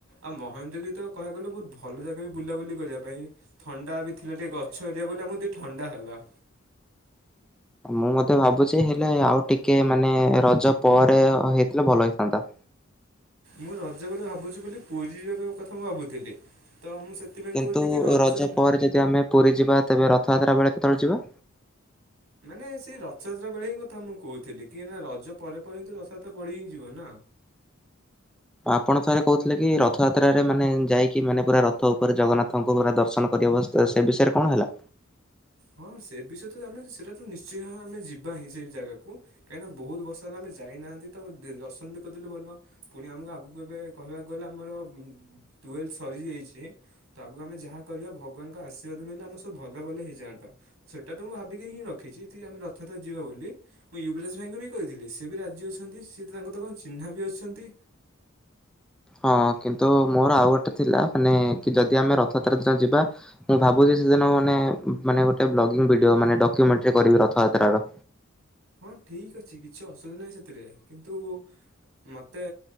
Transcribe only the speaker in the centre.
ମୁଁ ମଧ୍ୟ ଭାବୁଛି ହେଲେ ଆଉ ଟିକେ ମାନେ ରଜ ପରେ ହେଇଥିଲେ ଭଲ ହେଇଥାନ୍ତା।
କିନ୍ତୁ
ପରେ ଯଦି ଆମେ ପୁରୀ ଯିବା ତେବେ ରଥଯାତ୍ରା ବେଳେ କେତେବେଳେ ଯିବା,
ଆପଣ ଥରେ କହୁଥିଲେ, କି ରଥଯାତ୍ରାରେ ମାନେ ଯାଇକି ମାନେ ପୁରା ରଥ ଉପରେ ଜଗନ୍ନାଥଙ୍କୁ ପୁରା ଦର୍ଶନ କରିହବ। ତ ସେ ବିଷୟରେ କଣ ହେଲା
ହଁ କିନ୍ତୁ ମୋର ଆଉ ଗୋଟେ ଥିଲା, ମାନେ କି ଯଦି ଆମେ ରଥଯାତ୍ରା ଦିନ ଯିବା। ମୁଁ ଭାବୁଛି ସେଦିନ ମାନେ, ମାନେ ଗୋଟେବ୍ଲଗିଙ୍ଗ ଭିଡିଓ ମାନେ ଡକ୍ଯୁମେଣ୍ଟ ରେ କରିବି ରଥଯାତ୍ର ର।